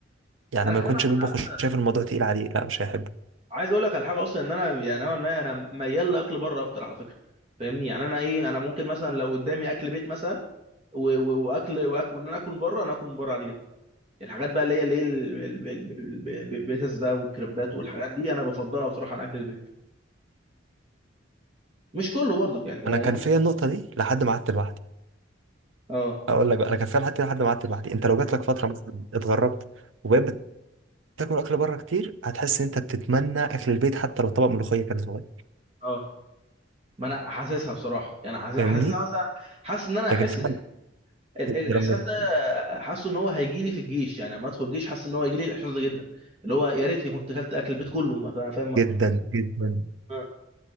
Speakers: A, on the right; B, on the right.
A: يعني
B: انا
A: ما
B: كمان
A: يكونش
B: انا
A: بيطبخ
B: عايز
A: وشايف الموضوع تقيل عليه لا مش هيحبه
B: عايز اقول لك على حاجه اصلا ان انا يعني نوعا ما انا ميال لاكل بره اكتر على فكره فاهمني يعني انا ايه انا ممكن مثلا لو قدامي اكل بيت مثلا و- و- واكل واكل وان انا اكل من بره انا اكل من بره عادي جدا الحاجات بقى اللي هي اللي هي ال- ال- ال- ال- ال- بيتس بقى والكريبات والحاجات دي انا بفضلها بصراحه عن اكل البيت مش كله برضك يعني هو
A: انا كان
B: مو-
A: فيا
B: مش
A: النقطه دي لحد ما قعدت لوحدي
B: اه
A: اقول لك بقى انا كان فيها لحد لحد ما قعدت لوحدي انت لو جات لك فتره مثلا اتغربت وبقيت بتاكل اكل بره كتير هتحس ان انت بتتمنى اكل البيت حتى لو طبق ملوخيه كان صغير
B: اه ما انا حاسسها بصراحه يعني حاسس-
A: فاهمني
B: حاسسها مثلا حاسس ان انا احس
A: لكن فعلا
B: ال- الاحساس
A: انت لما
B: ده حاسه ان هو هيجي لي في الجيش يعني لما ادخل الجيش حاسس ان هو هيجي لي الاحساس ده جدا اللي هو يا ريتني كنت اكلت اكل البيت كله مثلا فاهم
A: جدا جدا
B: آه.